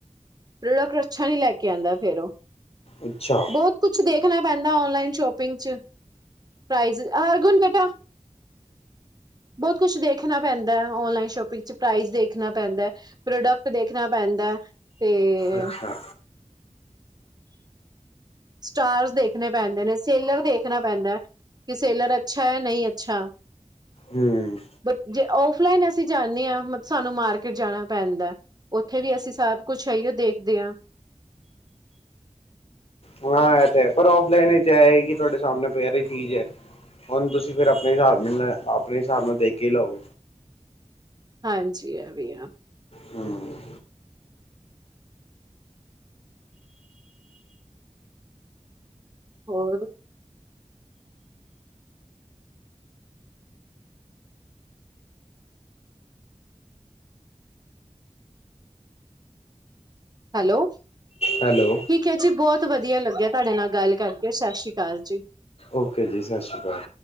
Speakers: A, on the right (about 35°); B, on the left (about 55°).
A: ਪ੍ਰੋਡਕਟ ਅੱਛਾ ਨੀਂ ਲੈ ਕੇ ਆਂਦਾ ਫਿਰ ਉਹ
B: ਅੱਛਾ
A: ਬਹੁਤ ਕੁਛ ਦੇਖ ਰੱਖਣਾ ਪੈਂਦਾ ਔਨਲਾਈਨ ਸ਼ੋਪਿੰਗ ਚ ਪ੍ਰਾਈਜ਼ ਹਰਗੁਣ ਬੇਟਾ ਬਹੁਤ ਕੁਛ ਦੇਖਣਾ ਪੈਂਦਾ ਐ ਔਨਲਾਈਨ ਸ਼ੋਪਿੰਗ ਚ ਪ੍ਰਾਈਜ਼ ਦੇਖਣਾ ਪੈਂਦਾ ਐ, ਪ੍ਰੋਡਕਟ ਦੇਖਣਾ ਪੈਂਦਾ ਐ ਤੇ
B: ਅੱਛਾ
A: ਸਟਾਰਸ ਦੇਖਣੇ ਪੈਂਦੇ ਨੇ, ਸੇਲਰ ਦੇਖਣਾ ਪੈਂਦਾ, ਕਿ ਸੇਲਰ ਅੱਛਾ ਐ ਨਈਂ ਅੱਛਾ
B: ਹੂੰ
A: ਬੱਟ ਜੇ ਆਫ ਲਈਨ ਅਸੀਂ ਜਾਂਣੇ ਆਂ ਸਾਨੂੰ ਮਾਰਕਿਟ ਜਾਣਾ ਪੈਂਦਾ ਉੱਥੇ ਵੀ ਅਸੀਂ ਸਭ ਕੁਛ ਹੈ ਦੇਖਦੇ ਆਂ
B: ਹਾਂ ਇਹ ਤੇ ਹੈ ਪਰ ਆਫਲਾਈਨ ਵਿੱਚ ਏ ਐ ਕਿ ਤੁਆਡੇ ਸਾਹਮਣੇ ਪਈ ਦੀ ਚੀਜ਼ ਐ ਹੁਨ ਤੁਸੀਂ ਫਿਰ ਆਪਣੇ ਹਿਸਾਬ ਨਾਲ ਆਪਣੇ ਹਿਸਾਬ ਨਾਲ ਦੇਖ ਹੀ ਲਓ
A: ਹਾਂਜੀ ਇਹ ਵੀ ਐ
B: ਹੂੰ
A: ਹੋਰ ਹੈਲੋ ਠੀਕ
B: ਹੈਲੋ
A: ਹੈ ਜੀ ਬਹੁਤ ਵਧੀਆ ਲੱਗਿਆ ਤੁਹਾਡੇ ਨਾਲ ਗੱਲ ਕਰਕੇ, ਸਤਿ ਸ੍ਰੀ ਅਕਾਲ ਜੀ।
B: ਓਕੇ ਜੀ, ਸਤਿ ਸ਼੍ਰੀ ਅਕਾਲ।